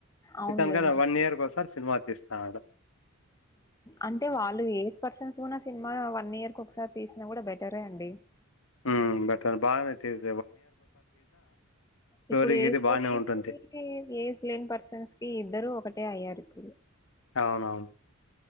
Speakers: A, on the left (about 15°); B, on the left (about 75°).
A: అవునులేండి
B: ఇ తనుకనే వన్ ఇయర్ ఒసారి సినిమా తీస్తాన్నాడు
A: అంటే వాళ్ళు ఏజ్ పర్సన్స్ కూడా సినిమా వన్ ఇయర్ ఇంకొసారి తీసినా కూడా బెటరే అండి
B: ఉ బట బాగా మ స్టోరీ
A: ఇప్పుడు
B: గీరీ
A: ఏజ్
B: బానే
A: పర్సన్
B: ఉంటుంది.
A: కి ఏజ్ లెన్ పర్సన్స్ కి ఇద్దరు ఒకటే అయ్యారు ప్పు
B: అవునవును